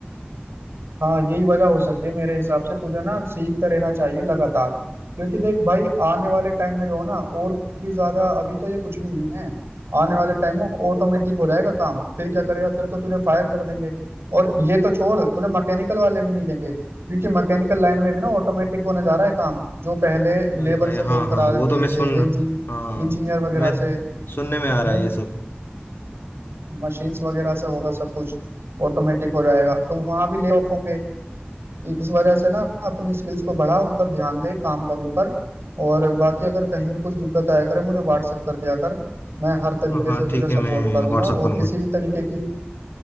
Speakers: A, on the right; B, on the left.
A: हाँ यही वजह हो सकती है मेरे हिसाब से तुझे ना सीखते रहना चाहिए लगातार क्योंकि देख भाई आने वाले टाइम में जो ना और भी ज्यादा अभी तो ये कुछ भी नहीं है आने वाले टाइम में ऑटोमेटिक हो जाएगा काम फिर क्या करेगा फिर तो तुझे फायर कर देंगे और ये तो छोड़ तुझे मैकेनिकल वाले भी नहीं लेंगे क्योंकि मैकेनिकल लाइन में भी ना ऑटोमेटिक होने जा रहा है काम जो पहले
B: अरे
A: लेबर
B: भाई
A: से लोग
B: हाँ हाँ
A: करा
B: वो
A: देते
B: तो मैं सुन
A: थे या इंजीन
B: हाँ
A: इंजीनियर वगैरह
B: मैं
A: से तो
B: सुनने में आ रहा
A: वो
B: है ये सब
A: मशीन्स वगैरह से होगा सब कुछ ऑटोमेटिक हो जाएगा तो वहां भी ले ऑफ होंगे इस वजह से ना अपनी स्किल्स को बढ़ा उन पर ध्यान दे काम कर उन पर और बाकी अगर कहीं भी कुछ दिक्कत आया करे मुझे व्हाट्सअप कर दिया कर मैं हर तरीके
B: हाँ हाँ
A: से
B: ठीक
A: तुझे
B: है
A: सपोर्ट
B: मैं
A: करूंगा
B: व्हाट्सअप
A: और
B: करूंगा
A: किसी भी तरीके की